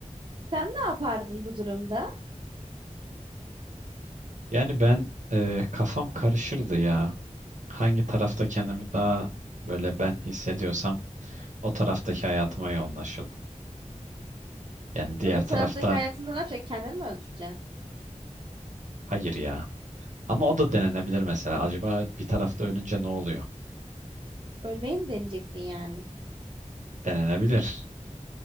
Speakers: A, on the right; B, on the right.
A: Sen ne yapardın bu durumda?
B: Yani ben e, kafam karışırdı ya. Hangi tarafta kendimi daha böyle ben hissediyorsam o taraftaki hayatıma yoğunlaşırdım. Yani diğer
A: Öbür
B: tarafta
A: taraftaki hayatında ne yapacaksın? Kendini mi öldüreceksin?
B: hayır ya. Ama o da denenebilir mesela. Acaba bir tarafta ölünce ne oluyor?
A: Ölmeyi mi deneyecektin yani?
B: Denenebilir.